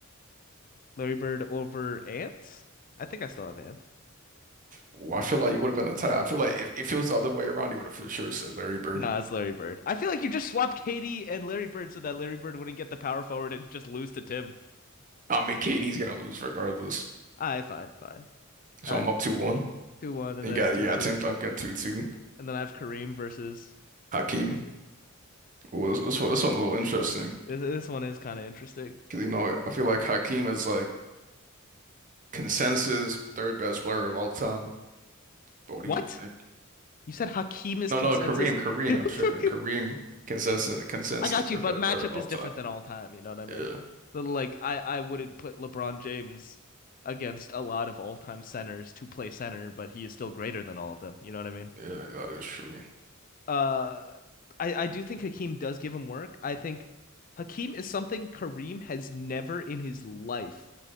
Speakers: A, on the left; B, on the right.
A: Larry Bird over Ant? I think I still have Ant.
B: Well, I feel like you would have been a tie. I feel like if, if it was the other way around, you would have for sure said Larry Bird.
A: No, it's Larry Bird. I feel like you just swapped Katie and Larry Bird so that Larry Bird wouldn't get the power forward and just lose to Tim.
B: I mean, KD's gonna lose regardless,
A: <laughs> I fine, fine. Uh,
B: so I'm up 2-1.
A: two one, and
B: You
A: then
B: got,
A: it's two
B: you got
A: two,
B: Tim Duncan 2-2.
A: and then I have Kareem versus.
B: Hakeem, well, this, this one, this one's a little interesting
A: This, this one is kind of interesting.
B: because you know I feel like Hakeem is like consensus third best player of all time. But what
A: What?
B: do you think?
A: You said Hakeem is
B: No,
A: consensus?
B: no, Kareem, Kareem.
A: <laughs>
B: I'm tripping. Kareem consensus consensus
A: I got
B: third
A: you, but
B: best
A: matchup
B: player of all
A: is
B: time.
A: different than all time. You know what I mean?
B: Yeah,
A: But like, I I wouldn't put LeBron James against a lot of all time centers to play center, but he is still greater than all of them. You know what I mean?
B: yeah, that is true.
A: uh I, I do think Hakeem does give him work. I think Hakeem is something Kareem has never in his life